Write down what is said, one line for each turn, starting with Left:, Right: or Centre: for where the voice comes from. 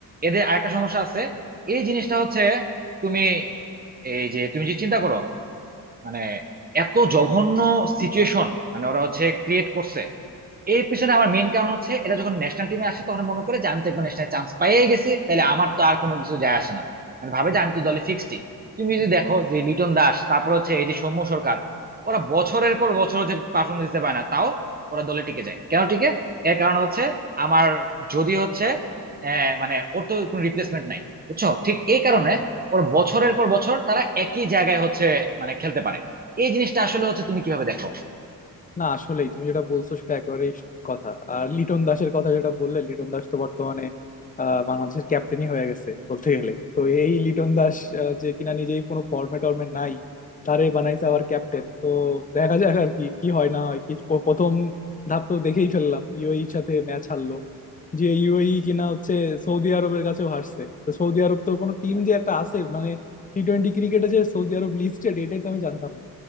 Right: এদের আরেকটা সমস্যা আছে এই জিনিসটা হচ্ছে তুমি এই যে তুমি যে চিন্তা করো মানে এত জঘন্য সিচুয়েশন মানে ওরা হচ্ছে ক্রিয়েট করছে এর পিছনে আমার মেইন কারণ হচ্ছে এটা যখন ন্যাশনাল টিমে আসে তখন মনে করে যে আমি তো একবার ন্যাশনাল চান্স পাইয়ে গেছি তাহলে আমার তো আর কোনো কিছু যায় আসে না মানে ভাবে যে আমি তো দলে ফিক্সডই তুমি যদি দেখো যে লিটন দাস তারপর হচ্ছে এই যে সৌম্য সরকার ওরা বছরের পর বছর হচ্ছে পারফরমেন্স দিতে পারে না তাও ওরা দলে টিকে যায় কেন টিকে এর কারণ হচ্ছে আমার যদি হচ্ছে আহ, মানে ওর তো কোনো রিপ্লেসমেন্ট নাই বুঝছো ঠিক এই কারণে ওর বছরের পর বছর তারা একই জায়গায় হচ্ছে মানে খেলতে পারে এই জিনিসটা আসলে হচ্ছে তুমি কিভাবে দেখো
Left: না আসলেই তুমি যেটা বলছো সেটা একেবারেই ঠিক কথা আর লিটন দাসের কথা যেটা বললে লিটন দাস তো বর্তমানে আহ, বাংলাদেশের ক্যাপ্টেনই হয়ে গেছে বলতে গেলে তো এই লিটন দাস আহ, যে কিনা নিজেই কোনো ফর্মে টর্মে নাই তারে বানাইছে আবার ক্যাপ্টেন তো দেখা যাক আর কি কি হয় না হয় কিছু প- প্রথম ধাপ তো দেখেই ফেললাম ইউএইর সাথে ম্যাচ হারলো যে ইউএই কিনা হচ্ছে সৌদি আরবের কাছেও হারছে তো সৌদি আরব তো কোনো টিম যে একটা আছে মানে টি টোয়েন্টি ক্রিকেটে যে সৌদি আরব লিস্টেড এটাই তো আমি জানতাম না